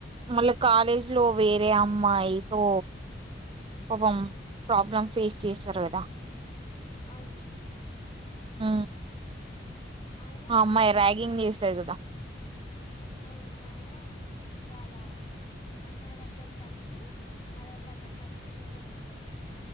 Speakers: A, on the right; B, on the left.
A: మళ్ళా కాలేజ్ లో వేరే అమ్మాయితో పాపం ప్రాబ్లం ఫేస్ చేస్తారు కదా
B: అవును
A: ఉ
B: ఆయన
A: ఆ అమ్మాయి
B: వాళ్ళ
A: రగింగ్ చేస్తది కదా
B: అవును ఆయన వాళ్ళ అమ్మ దగ్గరికి వచ్చి మదర్ దగ్గర వచి పేరెంట్ దగ్గరక వచ్చి